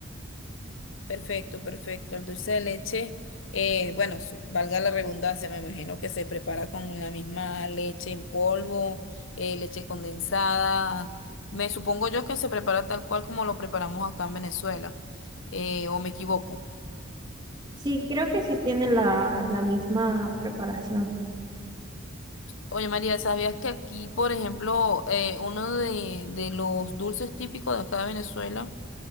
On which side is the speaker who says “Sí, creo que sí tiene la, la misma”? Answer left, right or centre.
Right